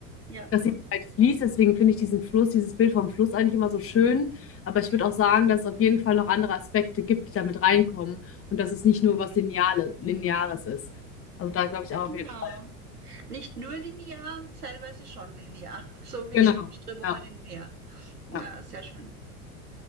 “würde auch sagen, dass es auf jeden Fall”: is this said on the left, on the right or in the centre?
Left